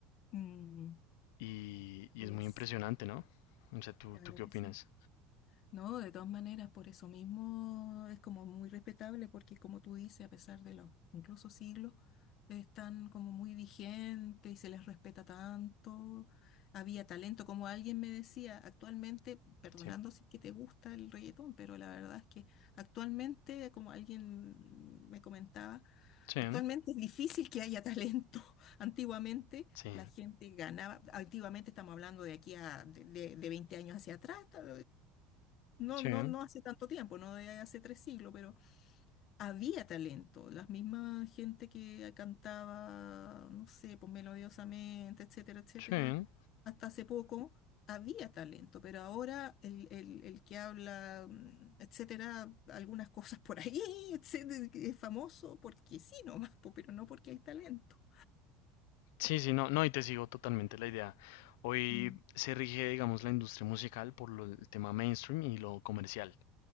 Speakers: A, on the left; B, on the left.
A: Mm,
B: Y, y
A: yes,
B: es muy impresionante, ¿no? O sea, ¿tú,
A: claro
B: tú qué
A: que
B: opinas?
A: sí. No, de todas maneras, por eso mismo es como muy respetable porque como tú dices, a pesar de los incluso siglos, están como muy vigentes y se les respeta tanto. Había talento, como alguien me decía, actualmente, perdonando
B: Sí.
A: si es que te gusta el reggaetón, pero la verdad es que actualmente, como alguien me comentaba,
B: Sí,
A: Actualmente es difícil que haya talento. <laughs> Antiguamente
B: sí,
A: la gente ganaba, antiguamente estamos hablando de aquí a de, de- de 20 años hacia atrás, ta- no,
B: sí,
A: no, no hace tanto tiempo, no de hace tres siglos, pero había talento, la misma gente que cantaba, no sé, pues melodiosamente, etcétera, etcétera,
B: sí.
A: hasta hace poco había talento, pero ahora el, el, el que habla, mm, etcétera, algunas cosas por ahí, <laughs> etcétera, que es famoso porque sí nomás, po, pero no porque hay talento.
B: Sí, sí, no, no, y te sigo totalmente la idea. Hoy
A: Mm,
B: se rige, digamos, la industria musical por lo- el tema mainstream y lo comercial.